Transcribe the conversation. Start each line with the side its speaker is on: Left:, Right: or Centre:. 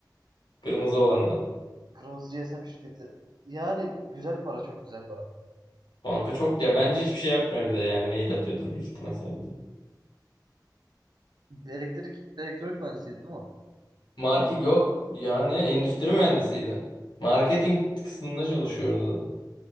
Left: Kırmızı olan da.
Right: Kırmızı GSM şirketi. Yani güzel para, çok güzel para.
Left: Banka çok ya bence hiçbir şey yapmıyor bir de yani mail atıyordur büyük ihtimal sadece.
Right: Elektrik, elektronik mühendisiydi değil mi?
Left: Market yok yani endüstri mühendisiydi. Marketing kısmında çalışıyordu.